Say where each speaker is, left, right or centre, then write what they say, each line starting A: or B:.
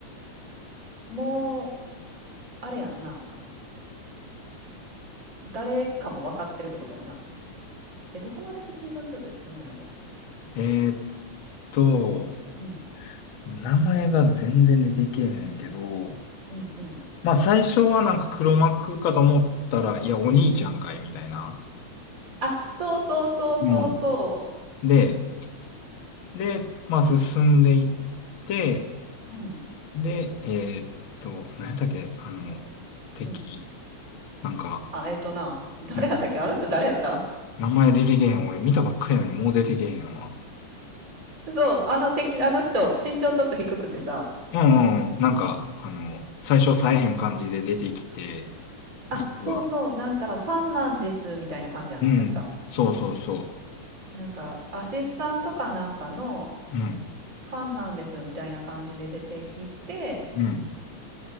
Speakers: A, on the right; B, on the left.
A: もう、あれやんな。誰かも分かってるってことやんな。え、どこまでシーズン2って進むんやろ
B: えーっと、
A: うん、
B: 名前が全然出てけえへんけど、
A: うん、うん。
B: まあ、最初はなんか黒幕かと思ったら、いや、お兄ちゃんかい、みたいな。
A: あ、そうそうそうそうそ
B: うん。で、で、まあ、進んでいって、
A: ううん。
B: で、えーっと、何やったっけあの、敵。
A: う。ん。
B: なんか、
A: あ、えっとな、誰やったっけあの人誰やった
B: うん。名前出てけへん。俺見たばっかりやのにもう出てけへんわ。
A: そう、あの敵、あの人、身長ちょっと低くてさ、
B: うんうんうん。なんか、あの、最初さえへん感じで出てきて、
A: あ、
B: 実は。
A: そうそう、なんかファンなんです、みたいな感じやんな、
B: うん。
A: 確か。
B: そうそうそ
A: なんか、アシスタントかなんかの、
B: う。うん。
A: ファンなんです、みたいな感じで出てきて、
B: うん。